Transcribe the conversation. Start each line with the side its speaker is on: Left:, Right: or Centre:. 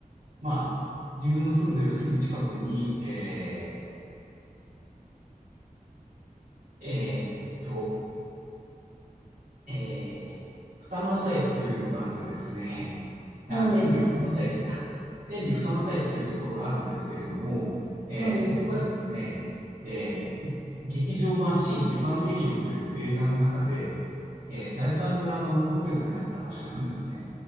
Right: まあ、自分の住んでるすぐ近くに、えーえーっと、えー、二俣駅というのがあってですね、あ、
Left: はい、
Right: 天竜二俣駅だ。天竜二俣駅というところがあるんですけれども、えーそこがですね、
Left: はい。
Right: えー劇場版新エヴァンゲリオンという映画の中で、えー第三村のモデルになった場所なんですね。